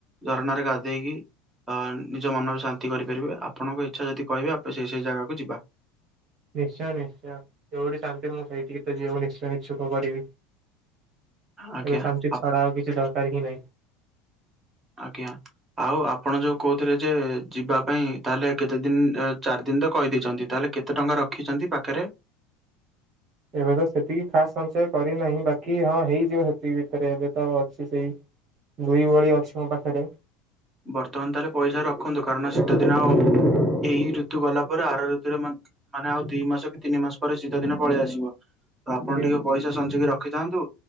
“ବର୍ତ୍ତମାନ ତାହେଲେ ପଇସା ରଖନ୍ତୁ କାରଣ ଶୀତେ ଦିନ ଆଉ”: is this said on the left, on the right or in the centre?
Right